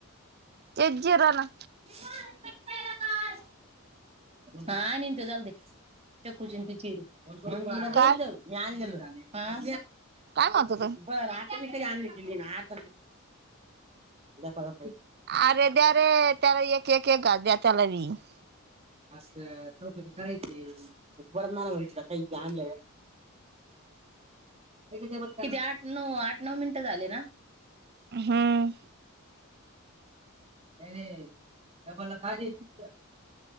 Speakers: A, on the right (about 50°); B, on the right (about 30°).
A: ते जिरना
B: <unintelligible> हा निंतं जाऊ दे, चक्कू जिंती चिरे मंदीला घ्यायचं
A: काय
B: मी आणलेलं. हा
A: काय म्हणत होतो
B: बरं आता मी तरी आणले दिली ना <unintelligible> उदया, परवा
A: अरे द्या रे त्याला एक एक एक घास द्या त्याला बी. ह <unintelligible>
B: असं चौकशी करायची परत मला मंचीला कायती आणल्य. किती आठ? नऊ आठ नऊ मिनिटं झाले ना.
A: हम्म.
B: हम्म ए मला खाजीव इथं.